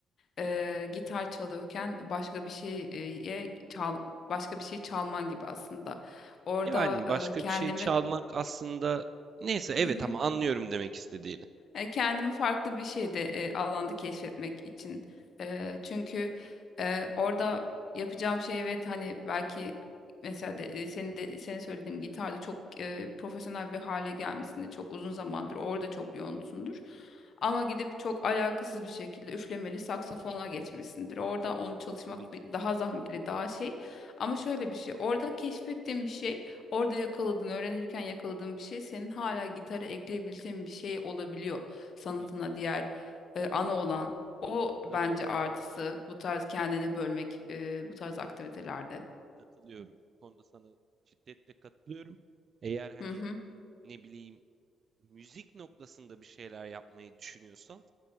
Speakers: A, on the left (about 60°); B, on the right (about 55°).
A: e, gitar çalıyorken başka bir şeye çal başka bir şey çalman gibi aslında. Orada
B: Yani başka
A: e, kendimi
B: bir şey çalmak aslında neyse
A: <clears throat>
B: evet ama anlıyorum demek istediğini.
A: E, kendimi farklı bir şeyde e, alanda keşfetmek için. E, çünkü e, orada yapacağım şey evet hani belki mesela de, e, senin de senin söylediğim gitarda çok e, profesyonel bir hale gelmesinde çok uzun zamandır orada çok yoğunsundur. Ama gidip çok alakasız bir şekilde üflemeli saksafona geçmişsindir.
B: Tabii
A: Orada
B: tabii.
A: onu çalışmak
B: Tabii ki.
A: bir- daha zahmetli, daha şey. Ama şöyle bir şey, orada keşfettiğim bir şey Orada yakaladığın, öğrenirken yakaladığın bir şey senin hala
B: Hı hı.
A: gitara ekleyebileceğin bir şey olabiliyor sanatına
B: Tabii ki.
A: diğer e, ana olan o bence
B: Tabii ki.
A: artısı bu tarz kendini bölmek e, bu tarz aktivitelerde.
B: Katılıyorum. Bu konuda sana şiddetle katılıyorum. Eğer hani
A: Hı hı.
B: ne bileyim müzik noktasında bir şeyler yapmayı düşünüyorsan